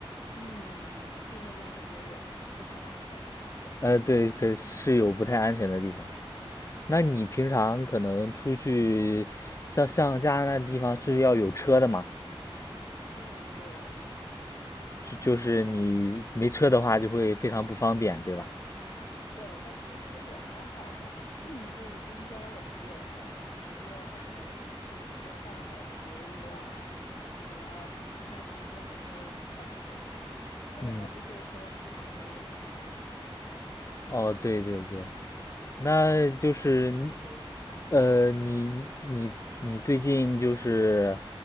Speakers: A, on the left; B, on the left.
A: 嗯，就住那边感觉也不太安全吧。
B: 呃，对，可是有不太安全的地方。那你平常可能出去，像像加拿大地方是要有车的嘛？
A: 嗯，对。
B: 就就是你没车的话，就会非常不方便，对吧？
A: 对，但其实也还好吧，<clears throat> 就公交也是有的，只不过它可能十五分钟、半个小时一辆，就你要看时间在那儿等着，而且它不是所有地方都能去。
B: 嗯，哦，对对对，
A: 嗯，
B: 那就是呃，你你你最近就是，